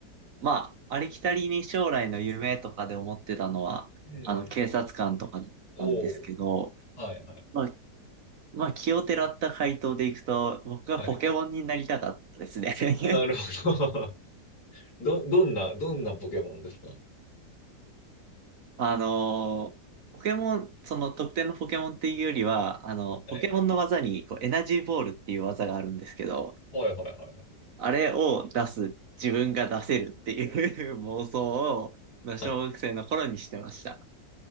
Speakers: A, on the right (about 55°); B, on the left (about 70°).
A: まあ、ありきたりに将来の夢とかで思ってたのは、
B: うん。
A: あの、警察官とかなんですけど、
B: おお、はいはい。
A: まあ、まあ、奇をてらった回答でいくと、僕がポケモンになりたかったですね。
B: はい。
A: <laughs>
B: なるほど。<laughs> ど、どんな、どんなポケモンですか
A: あのーポケモン、その特定のポケモンっていうよりは、あの、
B: はい。
A: ポケモンの技にこうエナジーボールっていう技があるんですけど、
B: はいはいはいはい。
A: あれを出す、自分が出せるっていう <laughs> 妄想を、まあ、
B: はい
A: 小学生の頃にしてました。